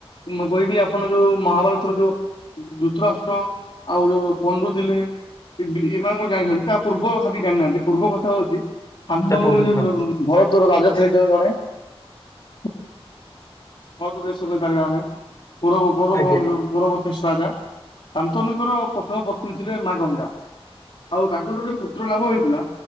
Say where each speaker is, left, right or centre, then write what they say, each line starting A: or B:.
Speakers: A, on the left; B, on the left.
A: ମୁଁ କହିବି ଆପଣ ଯୋଉ ମହାଭାରତର ଯୋଉ ଯୁତରାଷ୍ଟ୍ର ଆଉ ଯୋଉ ପଣ୍ଡୁ ଥିଲେ ଏମାନଙ୍କ ଜାଣିଛନ୍ତି ତା ପୂର୍ବ କଥା କିଛି ଜାଣିନାହାନ୍ତି ପୂର୍ବ କଥା ହଉଚି <unintelligible>
B: ତା ପୂର୍ବ ହଁ
A: ଯୋଉ ଭରତର ରାଜା ହେଇଥିଲେ ଜଣେ <unintelligible> ଦେଶ କହିପାରିବା ଆମେ। <unintelligible>
B: ଆଜ୍ଞା
A: କୌରବଶେଷ୍ ରାଜା ଶାନ୍ତନୁ ଙ୍କର ପ୍ରଥମ ପତ୍ନୀ ଥିଲେ ମା ଗଙ୍ଗା। ଆଉ ତାଙ୍କର ଗୋଟେ ପୁତ୍ର ଲାଭ ହେଇଥିଲା